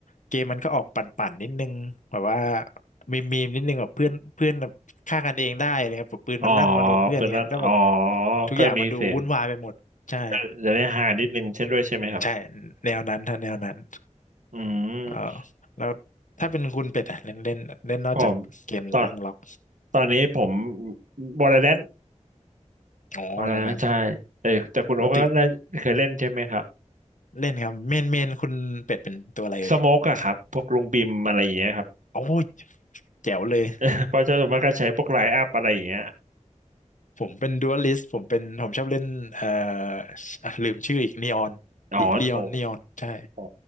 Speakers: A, on the left; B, on the right.
A: เกมมันก็ออกปั่นๆนิดนึงแบบว่ามีมีมนิดนึงแบบเพื่อนเพื่อนแบบฆ่ากันเองได้อะไรครับแบบปืนมันลั่นมาโดนเพื่อนเงี้ยก็แบบ
B: อ๋อเปิดแล้วอ๋อ
A: ทุกอย่างมันดูวุ่นวายไปหมดใช่
B: ก็มีเสียงก็จะได้ฮานิดนึงเช่นด้วยใช่ไหมครับ
A: ใช่แนวนั้นถ้าแนวนั้น
B: อืม
A: เออแล้วถ้าเป็นคุณเป็ดอะเล่นเล่นเล่นนอกจากเกมแร็กล็อก
B: ผมตอนตอนนี้ผมวอลเลย์แลน
A: อ๋อแล้วนั้น
B: วอลเลนใช่แต่แต่คุณโอ๊กก็ได้เคยเล่นใช่ไหมครับ
A: ปกติเล่นครับเมนเมนคุณเป็ดเป็นตัวอะไรเลย
B: สโมกอะครับพวกลุงบิมอะไรอย่างเงี้ยครับ
A: โอ้ยแจ๋วเลย
B: <laughs> เพราะเจ้าส่วนมากก็ใช้พวกไลน์อัพอะไรอย่างเงี้ย
A: ผมเป็นดูอัลิสต์ผมเป็นผมชอบเล่นเอ่ออ่ะลืมชื่ออีกนีออนดิเลียนนีออนใช่
B: อ๋อโอ้อ๋อ